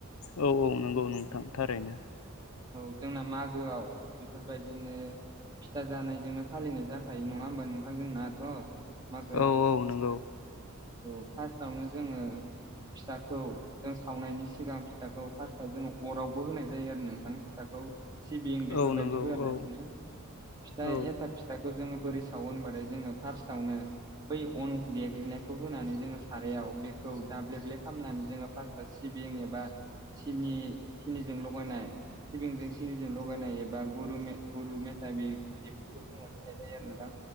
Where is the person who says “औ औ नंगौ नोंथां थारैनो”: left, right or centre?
Left